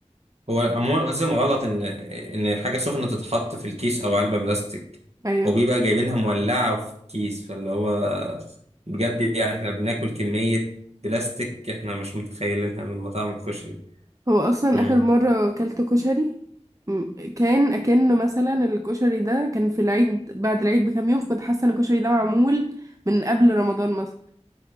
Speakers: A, on the right; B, on the right.
A: هو عموما اصلا غلط ان ان حاجه سخنه تتحط في الكيس او علبه بلاستيك
B: ايوه
A: وبيبقى جايبينها مولعه في كيس فاللي هو بجد يعني احنا بناكل كميه بلاستيك احنا مش متخيلينها من مطاعم الكشري
B: هو اصلا
A: امم
B: اخر مره اكلت كشري م- كان اكنه مثلا الكشري ده كان في العيد بعد العيد بكام يوم فكنت حاسه ان الكشري ده معمول من قبل رمضان مثلا